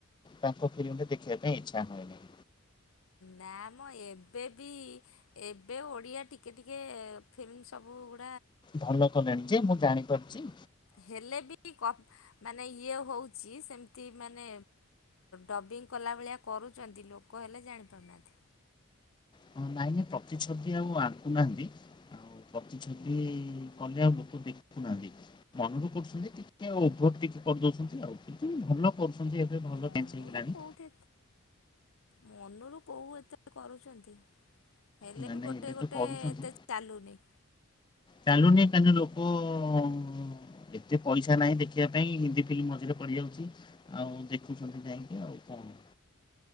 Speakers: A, on the left (about 20°); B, on the left (about 65°).
A: ତାଙ୍କ ଫିଲ୍ମରେ ଦେଖିବା ପାଇଁ ଇଛା ହୁଏନହିଁ।
B: ନାମ ଏବେ ବି ଏବେ ଓଡ଼ିଆ ଟିକେ ଟିକେ ଫିଲ୍ମ ସବୁ ଗୋଟେ
A: ଭଲ କଲେଣି ଯେ ମୁଁ ଜାଣି ପାରୁଛି।
B: ହେଲେ ବି କ ମାନେ ଇଏ ହଉଛି ସେମିତି ମାନେ ଡବିଙ୍ଗ କଲା ଭଳିଆ କରୁଛନ୍ତି, ଲୋକ ହେ ଲେ ଜାଣିପାରୁନାହାନ୍ତି।
A: ହଁ ନାଇଁ ନାଇଁ ପ୍ରତି ଛବି ଆଉ ଆଣକୁୁନାହାନ୍ତି ପ୍ରତି ଛବି କଲେ ଆଉ ଲୋକ ଦେଖୁନାହାନ୍ତି ମନରୁ କରୁଛନ୍ତି ଟିକେଭ ଟିକେ କରିଦଉଛନ୍ତି ଆଉ ଭଲ କରୁଛନ୍ତି, ଏବେ ଭଲଞ୍ଚ
B: ମନରୁ
A: ହେଇଗଲାଣି।
B: କୋଉଠି ମନରୁ କୋଉ ଏତେ କରୁଛନ୍ତି। ହେଲେ
A: ନାଇଁ
B: ବି
A: ନାଇଁ
B: ଗୋଟେ
A: ଏବେ ତ
B: ଗୋଟେ
A: କରୁଛନ୍ତି,
B: ଏତେ ଚାଲୁନି
A: ଚାଲୁନି ତା ଲୋକ ଓ! ଏତେ ପଇସା ନାହିଁ ଦେଖିବା ପାଇଁ ହିନ୍ଦୀ ଫିଲ୍ମ, ମଝିରେ ପଡି ଯାଉଛି ଆଉ ଦେଖୁଛନ୍ତି ଯାଇକି ଆଉ କଣ? <inaudible>